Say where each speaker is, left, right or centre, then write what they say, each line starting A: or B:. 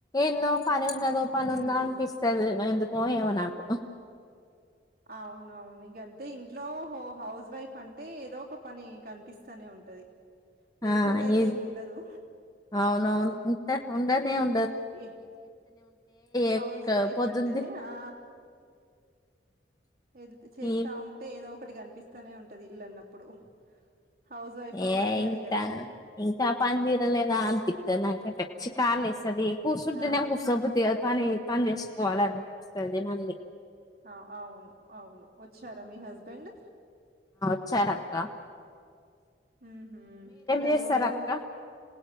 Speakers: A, on the left (about 20°); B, on the right (about 55°).
A: ఏందో పని చిన్నదో పనుందాపిిస్తది
B: ఉమ్
A: ఎందుకో ఏమో నాకు
B: అవును అవును ఇగ అంతే ఇం ట్లో హో హౌస్ వైఫ్ అంటే ఏదో ఒక పని కనిపిస్తానే ఉంటది లేకుండా
A: ఆ
B: అయితే
A: ఈ
B: ఏమి ఉండదు
A: అవునువును ఉంట ఉండనే ఉ
B: ఏ హౌస్
A: ఎక్క
B: వైఫ్
A: పోతుంది.
B: అంటానే ఆ ఎ చేస్తా
A: ఈ
B: ఉంటే ఏదో ఒకటికి కనిపిస్తానే ఉంటది ఇల్లు అన్నప్పుడు హౌస్ వైఫ్ ల
A: ఏ
B: పనే అది
A: ఇంకా
B: కదా
A: ఇంకా పని తీరలేదా అనీపి స్తది నాకి అయితే చికాాలేస్తది కూసుఉంటెనేమో
B: ఆ
A: కూస బుద్ధి పని పని చేేసుకోవాలి అనిపిస్తది మళ్ళీ
B: ఆ అవును అవును వచ్చారా మీ హస్బెండ్
A: వచ్చార్ అక్క
B: ఉమ్ హ్మ్ ఇలా
A: చేస్తారక్క?
B: రోజూ